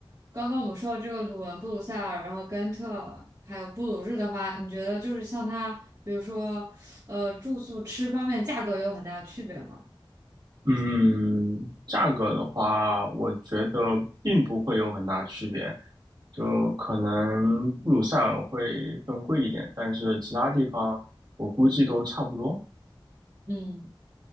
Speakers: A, on the right; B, on the right.
A: 刚刚我们说的这个鲁文、布鲁塞尔，然后根特，还有布鲁日的话，你觉得就是像它，比如说呃住宿、吃方面，价格有很大的区别吗？
B: 嗯，价格的话，我觉得并不会有很大区别，就可能布鲁塞尔会更贵一点，但是其他地方我估计都差不多。
A: 嗯，